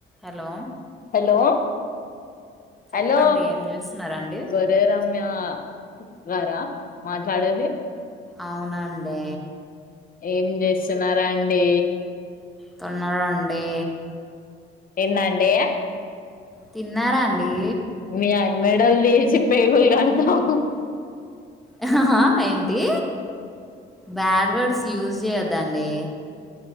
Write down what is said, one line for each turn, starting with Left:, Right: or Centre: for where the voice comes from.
Centre: Hello
Left: hello
Centre: చెప్పండి
Left: hello
Centre: ఏం చేస్తున్నారండి
Left: జరే రమ్యా గారా మాట్లాడేది
Centre: అవునండి
Left: ఏం జేస్సున్నారండీ
Centre: తున్నారాండి
Left: ఏందండీ
Centre: తిన్నారా అండి
Left: య్య మెడల్ దీచ్చి పైగుల్ కాద్దాం
Centre: అహ హా ఏంటి బ్యాడ్ వర్డ్స్ యూజ్ చేయద్ దండి